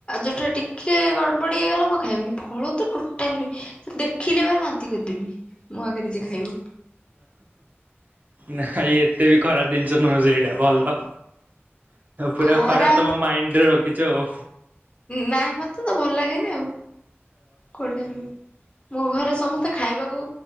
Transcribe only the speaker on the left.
ଯୋଉଟା ଟିକିଏ ଗଡ଼ବଡ଼ି ହେଇଗଲା ମୁଁ ଆଉ ଖାଇବିନି। ଫଳ ତ ଟୋଟାଲ୍ ନୁହେଁ ସେ ଦେଖିଲେ ମାନେ ବାନ୍ତି କରିଦେବି ମୋ ଆଗରେ ଯିଏ ଖାଇବ।
ଖରା
ନାଇଁ ମତେ ତ ଭଲ ଲାଗେନି ଆଉ। କୋଉଟା। ମୋ ଘରେ ସମସ୍ତେ ଖାଇବାକୁ